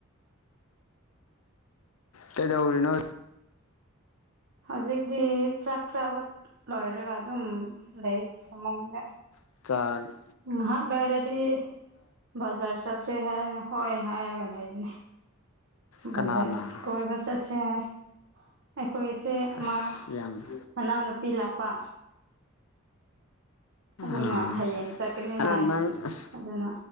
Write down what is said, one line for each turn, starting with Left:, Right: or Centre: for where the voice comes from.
Left: ꯀꯩꯗꯧꯔꯤꯅꯣ
Right: ꯍꯧꯖꯤꯛꯇꯤ ꯆꯥꯛ ꯆꯥꯕ ꯂꯣꯏꯔꯒ ꯑꯗꯨꯝ ꯂꯩ ꯐꯃꯨꯡꯗ
Left: <unintelligible>
Right: ꯉꯥꯍꯥꯛ ꯂꯩꯔꯗꯤ ꯕꯖꯥꯔ ꯆꯠꯁꯦ ꯍꯥꯏꯅ ꯍꯣꯏ ꯍꯥꯏꯔꯒ ꯂꯩꯕꯅꯦ
Left: ꯀꯅꯥꯅ
Right: ꯕꯥꯖꯔ ꯀꯣꯏꯕ ꯆꯠꯁꯦ ꯍꯥꯏ ꯑꯩꯈꯣꯏꯁꯦ ꯑꯃ
Left: ꯑꯁ ꯌꯥꯝ
Right: ꯃꯅꯥꯎꯅꯨꯄꯤ ꯂꯥꯛꯄ ꯑꯗꯨꯅ
Left: ꯑꯥ
Right: ꯍꯌꯦꯡ ꯆꯠꯀꯅꯤ
Left: ꯑꯗꯣ
Right: ꯍꯥꯏ
Left: ꯅꯪ ꯑꯁ
Right: ꯑꯗꯨꯅ